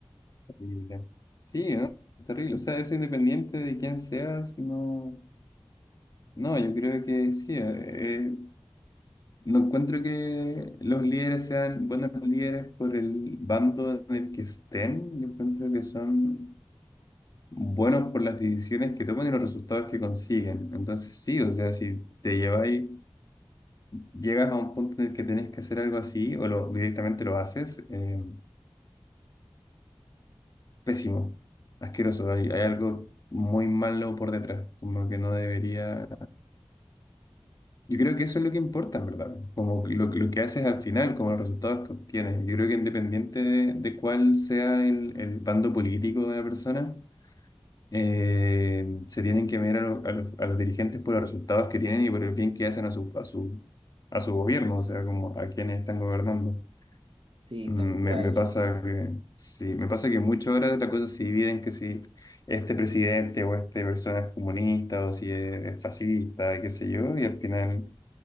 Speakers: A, on the left (about 40°); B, on the right (about 65°).
A: terrible. sí, ¿no? Es terrible, o sea, eso independiente de quién seas, no, no, yo creo que sí, eh, No encuentro que los líderes sean buenos líderes por el bando en el que estén. Yo encuentro que son buenos por las decisiones que toman y los resultados que consiguen. Entonces, sí, o sea, si te lleváis, llegas a un punto en el que tenés que hacer algo así o lo, directamente lo haces, eh, pésimo, asqueroso. Hay, hay algo muy malo por detrás, como que no debería. Yo creo que eso es lo que importa, en verdad. Como lo, lo que haces al final, como los resultados que obtienes. Yo creo que independiente de, de cuál sea el, el bando político de la persona, eh, se tienen que mirar a, lo- a los, a los dirigentes por los resultados que tienen y por el bien que hacen a su, a su, a su gobierno, o sea, como a quienes están gobernando.
B: Sí,
A: Mm,
B: tal cual.
A: Me, me pasa que, sí, me pasa que mucho ahora la cosa se divide en que si este presidente o esta persona es comunista o si es, es fascista, qué sé yo, y al final